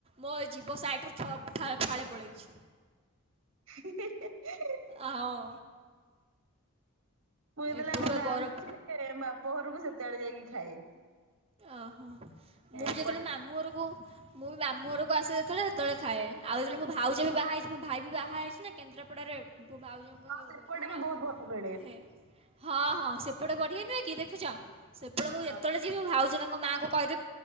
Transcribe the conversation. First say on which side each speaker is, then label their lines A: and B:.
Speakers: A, on the right; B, on the right.
A: ମୋ ଜିଭ ସାଇଟରୁ ଛ ଫାଳେ ପଳେଇଛି।
B: ହି ହିଁ ହିି।
A: ହଁ
B: ମୁଁ ଯେତେବେଳେ
A: ଏପଟୁ
B: ଆମ
A: ବା
B: ଗାଁକୁ
A: ବରଫ
B: ଯାଏ ବାପ ଘରକୁ ସେତେବେଳେ ଯାଇକି ଖାଏ।
A: ଓହୋ ମୁଁ
B: ଏପଟ
A: ବି ଯେତେବେଳେ ମାମୁଁ ଘରକୁ ମୁଁ ମାମୁଁ ଘରକୁ ଆସେ ଯେତେବେଳେ ହେତେଳେ ଖାଏ ଆଉ ଯେତେବେଳେ ମୋ ଭାଉଜ ବି ବାହା ହେଇଛି ନା ମୋ ଭାଇ ବି ବାହା ହୋଇଛି ନା କେନ୍ଦ୍ରାପଡ଼ାରେ ଭାଉଜଙ୍କ
B: ହଁ ସେପଟେ
A: ଘର
B: ବି ବହୁତ ଭଲ ମିଳେ
A: ହେ ହଁ ହଁ ସେପଟେ ବଢିଆ ନୁହେ କି ଦେଖୁଛ ସେପଟେ ମୁଁ ଯେତେବେଳେ
B: ହଁ
A: ଯିବି ଭାଉଜ ତାଙ୍କ ମାଆଙ୍କୁ କହି